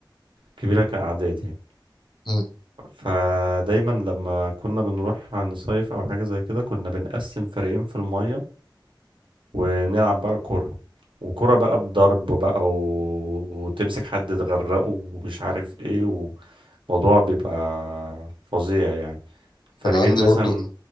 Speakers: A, on the right (about 80°); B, on the left (about 60°).
A: كبيرة كأعداد يعني
B: مم.
A: فدايما لما كنا بنروح نصيف أو حاجة زي كده كنا بنقسم فريقين في المية ونلعب بقى كورة وكرة بقى بضرب بقى و... وتمسك حد تغرقه ومش عارف ايه وموضوع بيبقى فظيع يعني فريقين
B: انا عندي
A: مثلا
B: برضو